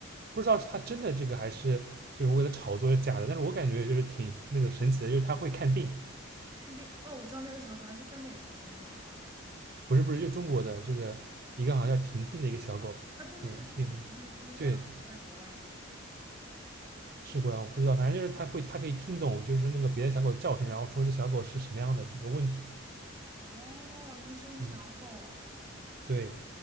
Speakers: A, on the right (about 45°); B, on the right (about 20°).
A: 不知道是他真的这个还是就是为了炒作是假的，但是我感觉就是挺那个神奇的，就是他会看病，
B: 看病。哦，我知道那个小狗，它是在美国那个小狗是不是？
A: 不是不是，就中国的这个一个好像叫婷婷的一个小狗，
B: 啊，对，就是婷婷，
A: 嗯，边牧，
B: 他们他们家在国外好像也是。
A: 对，试过啊，我不知道，反正就是它会它可以听懂就是那个别的小狗的叫声，然后说这小狗是什么样的这个问题，
B: 哦，医生小狗，
A: 嗯，对，